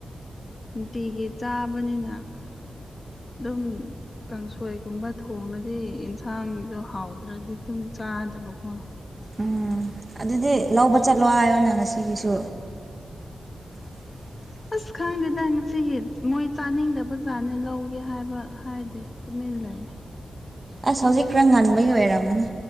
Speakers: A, on the left; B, on the right.
A: ꯅꯨꯡꯇꯤꯒꯤ ꯆꯥꯕꯅꯤꯅ ꯑꯗꯨꯝ ꯀꯥꯡꯁꯣꯏꯒꯨꯝꯕ ꯊꯣꯡꯅꯗꯤ ꯌꯦꯟꯁꯥꯡꯗꯣ ꯍꯥꯎꯇ꯭ꯔꯗꯤ ꯑꯗꯨꯝ ꯆꯥꯗꯕꯀꯣ
B: ꯎꯝ ꯑꯗꯨꯗꯤ ꯂꯧꯕ ꯆꯠꯂꯣ ꯍꯥꯏꯌꯣꯅ ꯉꯁꯤꯒꯤꯁꯨ꯫ <inaudible>
A: ꯑꯁ ꯈꯪꯗꯦꯗ ꯉꯁꯤꯒꯤ ꯃꯣꯏ ꯆꯥꯅꯤꯡꯗꯕꯖꯥꯠꯅꯦ ꯂꯧꯒꯦ ꯍꯥꯏꯕ ꯍꯥꯏꯗꯦ ꯫ ꯇꯨꯃꯤꯟ ꯂꯩꯌꯦ꯫
B: ꯑꯁ ꯍꯧꯖꯤꯛ ꯈꯔ ꯉꯟꯕꯩ ꯑꯣꯏꯔꯝꯒꯅꯤ